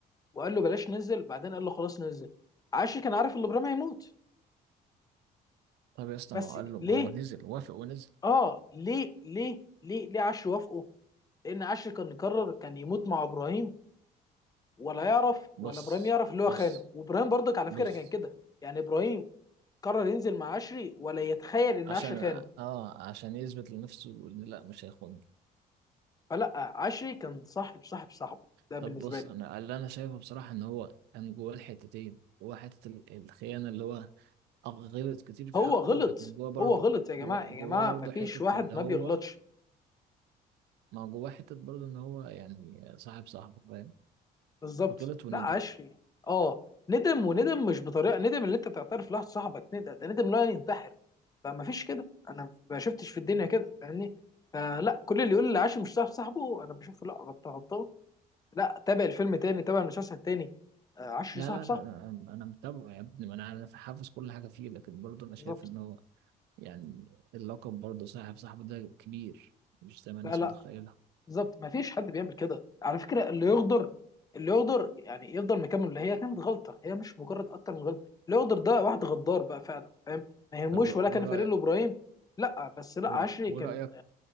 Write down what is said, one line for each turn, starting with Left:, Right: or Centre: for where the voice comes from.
Left: وقال له بلاش ننزل بعدين قال له خلاص ننزل عاشر كان عارف ان ابراهيم هيموت
Right: طب يا اسطى
Left: بس
Right: ما هو قال له ما
Left: ليه
Right: هو نزل وافق ونزل
Left: اه ليه ليه ليه ليه عاشر وافقه لان عاشر كان يقرر كان يموت مع ابراهيم ولا يعرف
Right: بص
Left: ولا ابراهيم يعرف اللي هو
Right: بص
Left: خانه وابراهيم برضك على
Right: بص
Left: فكره كان كده يعني ابراهيم قرر ينزل مع عشري ولا يتخيل ان
Right: عشان
Left: عشري خانه
Right: اه عشان يثبت لنفسه ان لا مش هيخون
Left: فلا عشري كان صاحب صاحب صاحبه ده بالنسبه
Right: طب بص
Left: لي
Right: انا اللي انا شايفه بصراحه ان هو كان جواه الحتتين جواه حته ال- الخيانه اللي هو غلط كتير في
Left: هو
Right: حقه
Left: غلط
Right: لكن جواه برضه
Left: هو غلط يا جماعه
Right: جواه جواه
Left: يا جماعه
Right: برضه
Left: ما فيش
Right: حته
Left: واحد
Right: ان هو
Left: ما بيغلطش
Right: ما جواه حته برضه ان هو يعني صاحب صاحبه فاهم
Left: بالظبط
Right: فغلط وندم
Left: لا عشري اه ندم وندم مش بطريقه ندم اللي انت تعترف لواحد صاحبك ندم ده ندم لا ينتحر فما فيش كده انا ما شفتش في الدنيا كده فاهمني فلا كل اللي يقول لي عاشر مش صاحب صاحبه انا بشوفه لا غلطان غلطان لا تابع الفيلم تاني تابع المسلسل تاني آه، عشري
Right: لا
Left: صاحب
Right: لا
Left: صاحبه
Right: لا انا أنا متابعه يا ابني ما انا انا حافظ كل حاجه فيه لكن برضه انا
Left: بالظبط
Right: شايف ان هو يعني اللقب برضه صاحب صاحبه ده كبير مش زي ما الناس
Left: لا لا
Right: متخيله
Left: بالظبط ما فيش حد بيعمل كده على فكره اللي يغدر اللي يغدر يعني يفضل مكمل اللي هي كانت غلطه هي مش مجرد اكتر من غلطه اللي يغدر ده واحد غدار بقى فعلا فاهم ما يهموش
Right: طب و-
Left: ولا كان
Right: ورايك
Left: فريق ابراهيم لا بس لا
Right: و-
Left: عشري
Right: ورايك
Left: كان